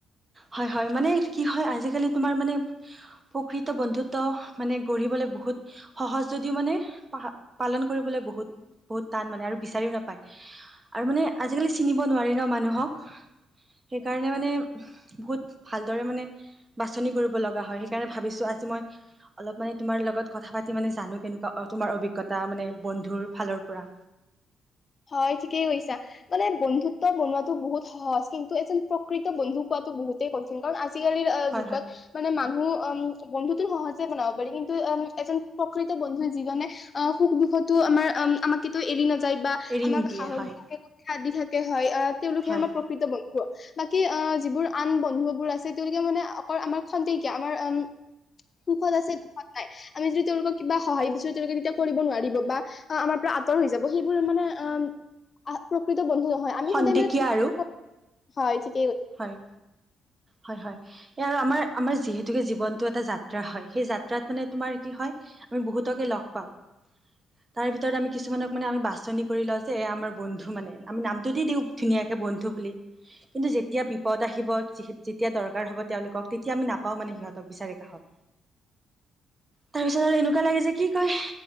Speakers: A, on the right; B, on the left.
A: হয় হয় মানে কি হয় আজিকালি তোমাৰ মানে- প্ৰকৃত বন্ধুত্ব- মানে গঢ়িবলৈ বহুত সহজ যদিও মানে পালন- কৰিবলৈ বহুত বহুত টান মানে আৰু- বিচাৰিও নাপায় আৰু মানে আজিকালি চিনিব নোৱাৰি ন মানুহক সেইকাৰণে মানে- বহুত ভালদৰে মানে বাছনি- কৰিব লগা হয় সেইকাৰণে ভাবিছো আজি মই- অলপ মানে তোমাৰ লগত কথা পাতি মানে জানো কেনেকুৱা তোমাৰ অভিজ্ঞতা মানে- বন্ধুৰ ফালৰ পৰা।
B: হয়, ঠিকেই কৈছা মানে বন্ধুত্ব বনোৱাটো বহুত সহজ, কিন্তু এজন প্ৰকৃত বন্ধু পোৱাটো বহুতেই কঠিন কাৰণ আজি- আজিকালিৰ আ
A: হয়
B: যুগত
A: হয়
B: মানে মানুহ- ম বন্ধুতো সহজে বনাব পাৰি। কিন্তু উম এজন প্ৰকৃত বন্ধুই যিজনে অ সুখ দুখতো আমাৰ আ আমাক কেতিয়াও এৰি নাযায় বা-
A: এৰি
B: আমাক
A: নিদিয়ে
B: সাহস
A: হয়
B: দিয়ে- আদি থাকে হয়, অ- তেওঁলোকহে
A: হয়
B: আমাৰ প্ৰকৃত বন্ধু। বাকী আ যিবোৰ আন বন্ধু বোৰ আছে তেওঁলোকে মানে অকল আমাৰ খন্তেইকিয়া, আমাৰ উম সুখত আছে দুখত নাই আমি যদি তেওঁলোকক কিবা সহায় বিচাৰো তেওঁলোকে তেতিয়া কৰিব নোৱাৰিব বা আ আমাৰ পৰা আঁতৰ হৈ যাব সেইবোৰ মানে- উম আ প্ৰকৃত - বন্ধু নহয়, আমি
A: খন্তেকীয়া
B: সদায় মানে প্ৰকৃত
A: আৰু
B: বন্ধু- হয়, ঠিক
A: হয়, হয়, হয়। এই আৰু আমাৰ -আমাৰ যিহেতুকে জীৱনতটো এটা যাত্ৰা হয়, সেই যাত্ৰাত মানে তোমাৰ কি হয় আমি বহুতকে লগ পাওঁ। তাৰ ভিতৰতে আমি কিছুমানক মানে আমি বাছনি কৰি লওঁ যে এইয়া আমাৰ বন্ধু মানে, আমি নামটো দি দিওঁ ধুনীয়াকে বন্ধু বুলি কিন্তু যেত যেতিয়া বিপদ আহিব, যি যেতিয়া দৰকাৰ হ'ব তেওঁলোকক তেতিয়া আমি নাপাওঁ মানে সিহঁতক বিচাৰে কাষত, তাৰপিছত আৰু এনেকুৱা লাগে যে কি কয়